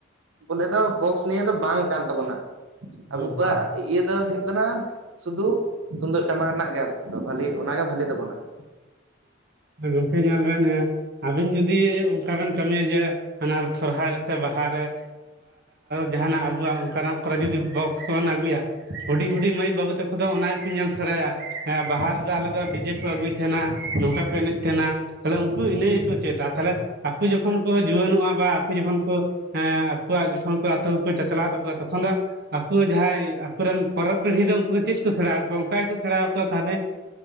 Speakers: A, on the right; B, on the right.
A: ᱵᱚᱞᱮ ᱫᱚ ᱵᱚᱠᱥ ᱱᱤᱭᱮ ᱫᱚ ᱵᱟᱝ᱾ ᱠᱟᱱ ᱛᱟᱵᱚᱱᱟ ᱾ ᱟᱵᱚ
B: ᱦᱳᱭ
A: ᱠᱚᱣᱟᱜ
B: ᱦᱳᱭ
A: ᱤᱭᱟᱹ ᱫᱚ ᱦᱩᱭᱩᱜ᱾ ᱦᱩᱭᱩᱜ ᱠᱟᱱᱟ ᱥᱩᱫᱩ ᱛᱩᱢᱫᱟᱹᱜ ᱴᱟᱢᱟᱠ ᱨᱮᱱᱟᱜ ᱜᱮ ᱟᱵ ᱫᱚ ᱵᱷᱟᱹᱞᱤ ᱚᱱᱟᱜᱮ ᱵᱷᱟᱞᱤ ᱛᱟᱵᱚᱱᱟ ᱾
B: ᱦ ᱜᱚᱢᱠᱮ ᱧᱮᱞ ᱵᱮᱱ ᱟᱵᱤᱱ ᱡᱩᱫᱤ ᱚᱱᱠᱟ ᱵᱮᱱ ᱠᱟᱹᱢᱤᱭᱟ ᱡᱮ᱾ ᱦᱟᱱᱟ ᱥᱚᱨᱦᱟᱭ ᱨᱮ ᱥᱮ ᱵᱟᱦᱟᱮ ᱡᱟᱦᱟᱱᱟᱜ ᱟᱵᱚᱣᱟᱜ ᱚᱱᱠᱟᱱᱟᱜ᱾ ᱠᱚᱨᱮ ᱡᱫᱤ ᱠᱚᱵᱚᱱ ᱟᱜᱩᱭᱟ ᱾ ᱦᱩᱰᱤᱧ ᱦᱩᱰᱤ ᱢᱟᱹᱭ ᱵᱟᱹᱵᱩ ᱛᱟᱠᱚ ᱫᱚ ᱚᱱᱟ ᱜᱮᱠᱚ ᱧᱮᱞ ᱥᱮᱬᱟᱭᱟ, ᱦᱮᱸ ᱵᱟᱦᱟᱞ᱾ ᱟᱞᱮ ᱫᱚ ᱰᱤᱡᱮ ᱠᱚ ᱟᱹᱜᱩᱭ ᱛᱟᱦᱮᱱᱟ ᱱᱚᱝᱠᱟ ᱠᱚ ᱮᱱᱮᱡ ᱛᱟᱦᱮᱱᱟ᱾ ᱛᱟᱦᱞᱮ ᱩᱱᱠᱩ ᱤᱱᱟᱹ ᱜᱮᱠᱚ ᱪᱮᱫᱟ ᱛᱟᱦᱞᱮ ᱟᱠᱚ ᱡᱚᱠᱷᱚᱱ ᱠᱚ ᱡᱩᱣᱟᱹᱱᱚᱜᱼᱟ ᱵᱟ ᱟᱠᱚ ᱡᱚᱠᱷᱚᱱ ᱠᱚ᱾ ᱦᱮᱸ ᱟᱠᱚᱣᱟᱜ ᱡᱚᱠᱷᱚᱱ ᱠᱚ ᱟᱹᱛᱩ ᱠᱚ ᱪᱟᱪᱞᱟᱣ ᱛᱟᱠᱚᱣᱟ ᱛᱚᱠᱷᱚᱱ ᱫᱚ ᱦᱟᱸᱜ᱾ ᱟᱠᱚ ᱡᱟᱦᱟᱸᱭ ᱟᱠᱚᱨᱮᱱ ᱯᱚᱨᱚᱵ ᱯᱤᱲᱦᱤ ᱫᱚ ᱩᱱᱠᱩ ᱫᱚ ᱪᱮᱫ ᱠᱚ ᱥᱮᱬᱟᱣ ᱠᱚᱚᱣᱟ ᱚᱱᱠᱟ ᱜᱮᱠᱚ ᱥᱮᱬᱟᱣᱚᱣᱟ ᱛᱟᱦᱚᱞᱮ᱾